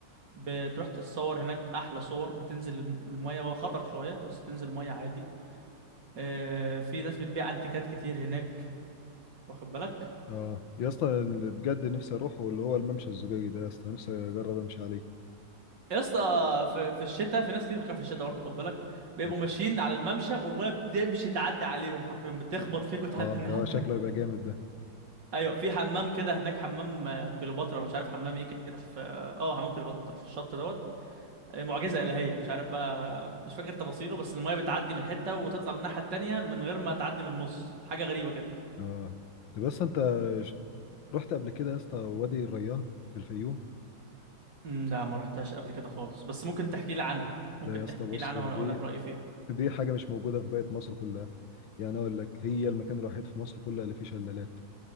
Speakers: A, on the right (about 65°); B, on the left (about 85°).
A: بتروح تتصور هناك أحلى صور بتنزل الم- المية هو خطر شوية بس بتنزل المية عادي آه، في ناس بتبيع أنتيكات كتير هناك واخد بالك
B: اه يا اسطى اللي بجد نفسي اروحه اللي هو الممشى الزجاجي ده يا اسطى نفسي اجرب امشي عليه
A: يا اسطى في في الشتاء في ناس كتير بتروح في الشتاء برضه خد بالك بيبقوا
B: اه
A: ماشيين على الممشى والمية بتمشي تعدي عليهم حرفيا بتخبط فيك وتعدي
B: آه،
A: الناحية
B: ده
A: التانية
B: شكله يبقى جامد ده
A: ايوه في حمام كده هناك حمام آه، كليوباترا انا مش عارف حمام ايه كده في اه آه، حمام كليوباترا في الشط دوت معجزة إلهية مش عارف بقى مش فاكر تفاصيله بس المايه بتعدي من حتة وتطلع من الناحية التانية من غير ما تعدي من النص حاجة غريبة كده
B: اه طب بس انت ش- رحت قبل كده يا اسطى وادي الريان في الفيوم
A: أمم، لا ما رحتهاش قبل كده خالص بس ممكن تحكي لي عنها ممكن
B: لا يا اسطى
A: تحكي
B: بص
A: لي عنها
B: دي
A: وانا اقول لك رأيي فيها
B: دي حاجه مش موجوده في باقي مصر كلها يعني اقول لك هي المكان الوحيد في مصر كلها اللي فيه شلالات